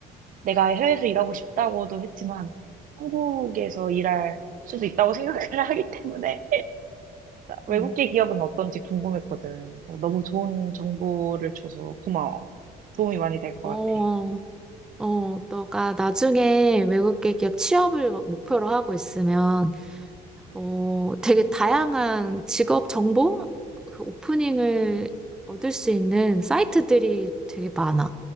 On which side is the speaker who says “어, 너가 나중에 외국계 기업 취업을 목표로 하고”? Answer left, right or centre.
Centre